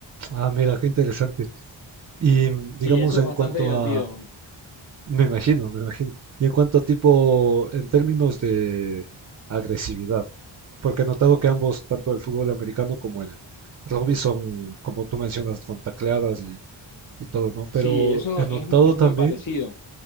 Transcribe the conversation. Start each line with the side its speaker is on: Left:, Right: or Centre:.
Right: Ah, mira, qué interesante. Y
Left: Sí,
Right: digamos,
Left: eso
Right: en
Left: es bastante
Right: cuanto
Left: divertido.
Right: a, Me imagino, me imagino. Y en cuanto a tipo, en términos de agresividad, porque he notado que ambos, tanto el fútbol americano como el rugby, son, como tú mencionas, con tacleadas y, y todo, ¿no? Pero
Left: Sí, eso
Right: he notado
Left: es, es
Right: también
Left: muy parecido.